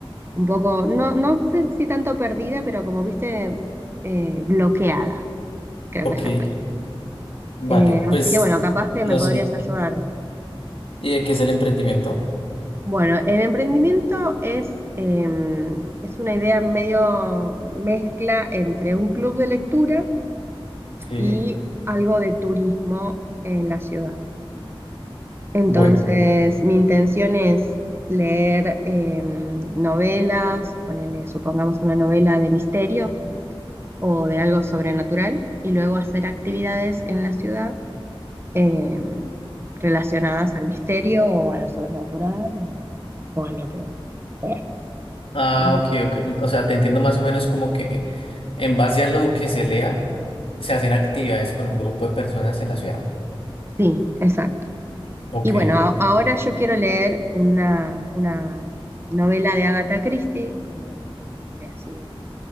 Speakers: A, on the right; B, on the left.
A: un poco, no, no sé si tanto perdida, pero como viste, eh, bloqueada, creo
B: Ok,
A: que es la
B: vale,
A: Eh,
B: pues
A: así que bueno, capaz que
B: no
A: me podrías
B: sé.
A: ayudar.
B: ¿Y de qué es el emprendimiento?
A: Bueno, el emprendimiento es, eh, es una idea medio mezcla entre un club de lectura
B: Sí.
A: y algo de turismo en la ciudad. Entonces,
B: Bueno.
A: mi intención es leer eh, novelas, ponerle, supongamos, una novela de misterio o de algo sobrenatural, y luego hacer actividades en la ciudad eh, relacionadas al misterio o a lo sobrenatural o, o a lo que sea.
B: Ah,
A: Como lo-
B: ok, ok. O sea, te entiendo más o menos como que en base a lo que se lea, se hacen actividades con un grupo de personas en la ciudad.
A: Sí, exacto.
B: Ok,
A: Y bueno, a-
B: listo.
A: ahora yo quiero leer una, una novela de Agatha Christie, como de, así de,